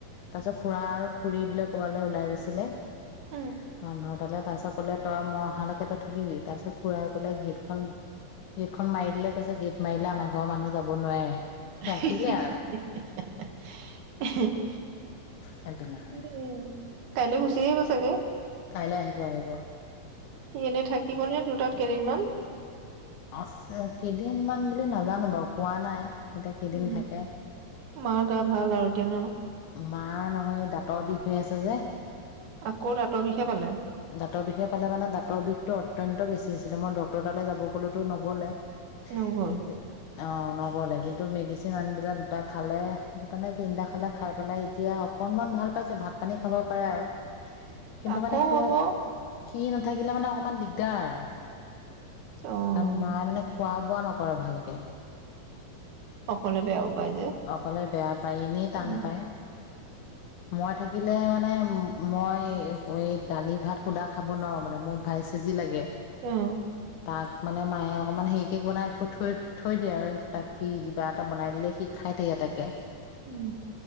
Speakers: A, on the left; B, on the right.
A: তাৰপিছত খুৰা আৰু খুৰী বোলে ক'বালৈ ওলাই গৈছিলে <unintelligible> <unintelligible>
B: উম।
A: তাৰপিছত ক'লে তই মই অহালৈকেই তই থাকিবি তাৰ পিছত খুড়াই ক'লে গেটখন গেটখন মাৰি দিলে কৈছে গেট মাৰিলে আমাৰ ঘৰৰ মানুহ যাব নোৱাৰে।
B: <unintelligible>
A: ৰাখিলে আৰু সেইটো কাৰণে
B: উমম। কাইলৈ গুচি আহিব চাগে।
A: কাইলৈ আহিব আহিব।
B: সি এনে থাকিব নে দুটাত কেইদিনমান।
A: আছে কেইদিন মান বুলি নাজানো বাৰু কোৱা নাই। এতিয়া কেইদিন
B: উম,
A: থাকে
B: মাৰ গা ভাল আৰু এতিয়া ন।
A: মাৰ নহয় দাঁতৰ বিষ হৈ আছে যে।
B: আকৌ দাঁতৰ বিষে পালে।
A: দাঁতৰ বিষে পালে মানে দাঁতৰ বিষটো অত্যন্ত বেছি হৈছিলে মই ডক্টৰৰ তালৈ যাব ক'লোতো নগ'লে। <unintelligible>
B: নগল
A: অ, ন <unintelligible> মেডিচিন আন দিলে দুটা খালে, দুটা নে তিনটা খালে খাই পেলাই এতিয়া অকনমান ভাল পাইছে ভাত পানী খাব পাৰে আৰু। কিন্তু
B: আকৌ
A: মানে কি
B: হব।
A: হয় সি নাথাকিলে মানে অকমান দিগদাৰ।
B: অ',
A: কাৰণ মা মানে খোৱা ৱোৱা নকৰে ভালকে।
B: অকলে বেয়াও পাই যে।
A: অকলে বেয়া পায় এনেই
B: উম,
A: টান পায়। মই থাকিলে মানে ম মই এই দালি ভাত শুধা খাব নোৱাৰোঁ মানে মোক ভাই চেজি লাগে।
B: উম।
A: তাক মানে মায়ে অকমান হেৰিকে বনাই থৈ থৈ দিয়ে আৰু তাক সি <unintelligible> এটা বনাই দিলে সি খাই তাকে।
B: উম।